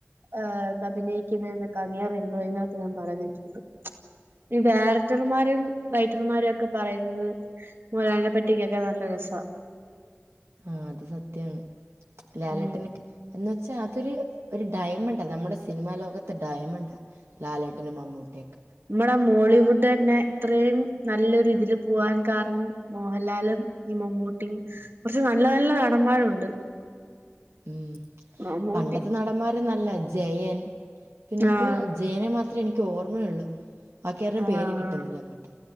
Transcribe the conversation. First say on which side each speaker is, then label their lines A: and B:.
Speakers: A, on the right; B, on the right.
A: ഏഹ് അഭിനയിക്കുന്നെ എന്നൊക്കെ അങ്ങേര് ഇൻറോയിനകത്ത് ഞാൻ പറയുന്ന കേട്ടിട്ടുണ്ട് ഈ ഡേറക്ടർമാരും റൈറ്റർമാരും ഒക്കെ പറയുന്നത് മോഹൻലാലിനെ പറ്റി കേൾക്കാൻ നല്ല രസാ
B: ആഹ് അത് സത്യാണ് ലാലേട്ടനൊക്കെ
A: ഉം
B: എന്ന് വെച്ചാ അതൊരു ഒരു ഡയമണ്ടാ നമ്മുടെ സിനിമാ ലോകത്തെ ഡയമണ്ടാ ലാലേട്ടനും മമ്മൂട്ടിയൊക്കെ
A: മ്മടെ മോളിവുഡ് തന്നെ ഇത്രയും നല്ലൊരു ഇതില് പോവാൻ കാരണം മോഹൻലാലും ഈ മമ്മൂട്ടിയും കുറച്ച് നല്ല നല്ല നടന്മാരുണ്ട്
B: ഉം
A: മമ്മൂട്ടി
B: പണ്ടത്തെ നടന്മാരും നല്ലതാ ജയൻ പിന്നെന്തുവാ
A: ആഹ്
B: ജയനെ മാത്രമേ എനിക്ക് ഓർമ്മയൊള്ളൂ ബാക്കിയാരുടെം
A: ആഹ്
B: പേര് കിട്ടുന്നില്ല അങ്ങോട്ട്